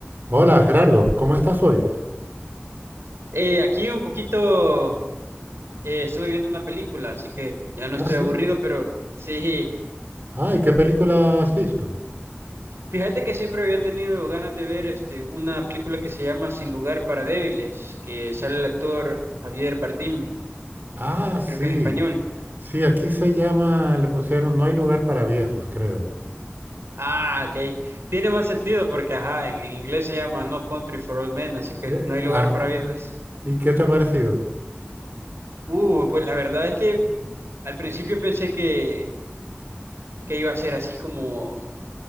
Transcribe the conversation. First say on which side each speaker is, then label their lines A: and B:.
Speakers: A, on the right (about 50°); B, on the right (about 80°).
A: Hola Gerardo, ¿cómo estás hoy?
B: Eh, aquí un poquito eh, estuve viendo una película, así que ya no
A: Ah,
B: estoy
A: sí.
B: aburrido, pero sí.
A: Ay, ¿qué película has visto?
B: Fíjate que siempre había tenido ganas de ver este una película que se llama Sin lugar para débiles, que sale el actor Javier Bardem,
A: Ah, sí.
B: creo que es español.
A: Sí, aquí se llama, le pusieron No hay lugar para viejos, creo.
B: Ah, ok. Tiene más sentido porque ajá, en, en inglés se llama No Country for Old Men, así que
A: Eh,
B: no hay lugar
A: ah,
B: para
A: ah,
B: viejos.
A: ¿y qué te ha parecido?
B: Uh, pues la verdad es que al principio pensé que, que iba a ser así como